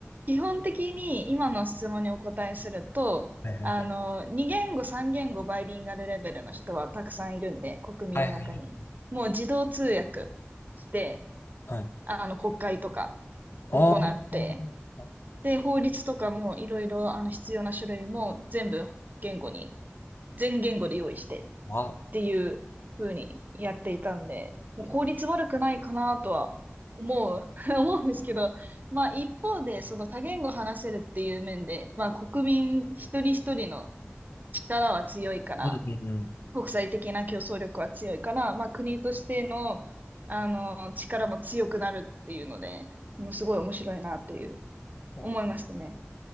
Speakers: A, on the right; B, on the left.
A: 基本的に今の質問にお答えすると、
B: はいはいはい。
A: あの、2言語、3言語、バイリンガルレベルの人はたくさんいるんで、国民の中に。
B: はいはい
A: もう自動通訳して、
B: はい。
A: あの、国会とか
B: ああ、
A: 行って、
B: はいはいはい
A: で、法律とかもいろいろ、あの、必要な書類も全部言語に、全言語で用意してっ
B: あ
A: ていう風にやっていたんで、もう効率悪くないかなとは思う、
B: え
A: <laughs> 思うんですけど、まあ一方でその多言語話せるっていう面で、まあ国民一人一人の力は強いから、
B: うんうんうん。
A: 国際的な競争力は強いから、まあ国としての、あの、力も強くなるっていうので、もうすごい面白いなという
B: そう
A: 思いましたね。